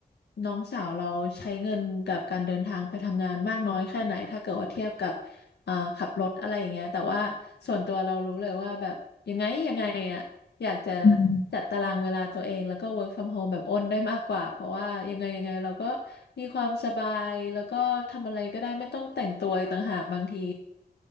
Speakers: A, on the left; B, on the left.
A: น้องสาวเราใช้เงินกับการเดินทางไปทำงานมากน้อยแค่ไหนถ้าเกิดว่าเทียบกับอ่าขับรถอะไรอย่างเงี้ยแต่ว่าส่วนตัวเรารู้เลยว่าแบบยังไงยังไงอ่ะ อยากจะ
B: อืม
A: จัดตารางเวลาตัวเองแล้วก็ work from home แบบอ้นได้มากกว่าเพราะว่ายังไงยังไงเราก็มีความสบายแล้วก็ทำอะไรก็ได้ไม่ต้องแต่งตัวอีกต่างหากบางที